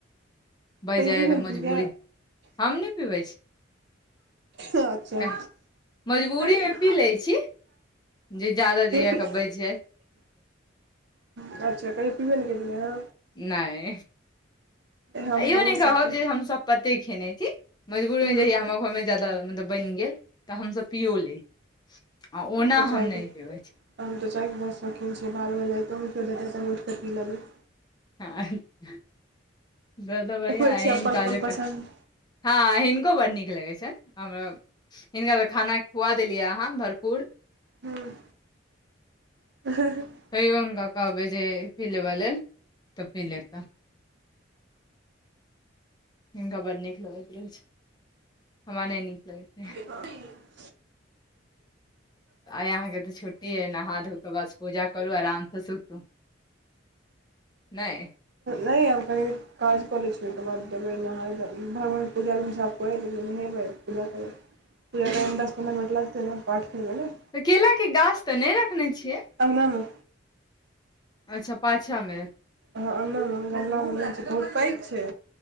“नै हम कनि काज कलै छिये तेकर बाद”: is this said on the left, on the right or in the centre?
Right